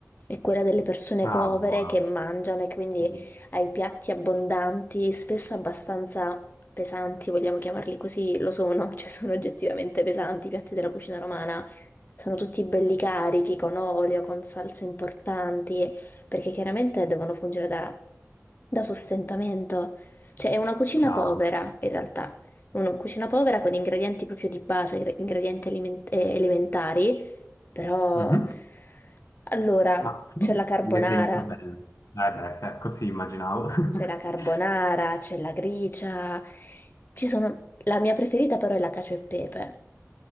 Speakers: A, on the left (about 40°); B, on the left (about 80°).
A: è quella delle persone
B: Ah,
A: povere
B: buono,
A: che mangiano e quindi
B: quindi,
A: hai piatti abbondanti, spesso abbastanza pesanti, vogliamo chiamarli così, lo sono, <laughs> cioè sono oggettivamente pesanti i piatti della cucina romana, sono tutti belli carichi, con olio, con salse importanti perché chiaramente devono fungere da, da sostentamento. Cioè è una cucina
B: chiaro.
A: povera in realtà, è una cucina povera con ingredienti proprio di base, ingre- ingredienti aliment- eh, elementari, però
B: Mhm.
A: allora
B: Ma fammi
A: c'è la carbonara,
B: un esempio bello. Eh beh, eh, così immaginavo.
A: c'è la carbonara,
B: <laughs>
A: c'è la gricia, ci sono... La mia preferita però è la cacio e pepe.